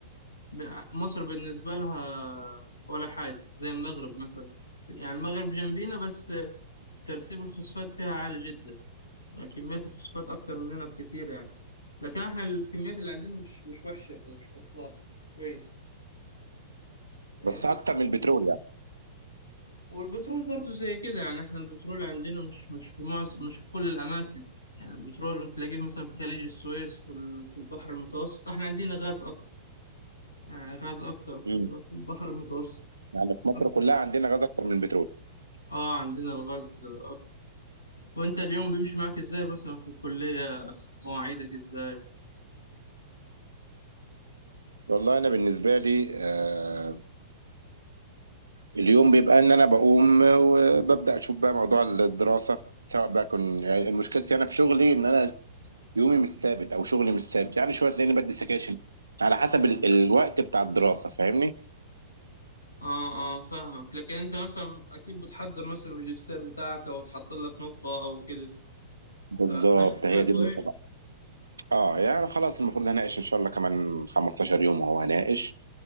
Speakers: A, on the left; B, on the right.
A: ب- مصر بالنسبة لها ولا حاجة زي المغرب مثلا يعني المغرب جنبينا بس ترسيب الفوسفات فيها عالي جدا يعني كميات الفوسفات أكتر مننا بكتير يعني لكن احنا الكميات اللي عندنا مش مش وحشة يعني مش بطالة كويس فاهمني؟
B: بس أكتر من البترول يعني
A: والبترول برضو زي كده يعني احنا البترول عندنا مش مش في معظم مش في كل الأماكن يعني البترول تلاقيه مثلا في خليج السويس في ال- في البحر المتوسط احنا عندنا غاز أكتر يعني غاز أكتر في
B: مم.
A: في البحر المتوسط
B: يعني في مصر
A: أكتر.
B: كلها عندنا غاز أكتر من البترول
A: اه عندنا الغاز أكتر وانت اليوم بيمشي معاك ازاي مثلا في الكلية مواعيدك ازاي
B: والله أنا بالنسبة لي آه اليوم بيبقى إن أنا بقوم وببدأ أشوف بقى موضوع الدراسة سواء بقى كن يعني مشكلتي أنا في شغلي إن أنا يومي مش ثابت او شغلي مش ثابت يعني شويه تلاقيني بدي سكاشن على حسب ال... الوقت بتاع الدراسه فاهمني
A: اه اه فاهمك لكن انت مثلا اكيد بتحضر مثلا الماجستير بتاعك او تحط لك نقطة او كده
B: بالظبط
A: فماشي فيها
B: هي
A: كويس
B: دي النقطه بقى اه يعني خلاص المفروض هناقش ان شاء الله كمان 15 يوم وهو هناقش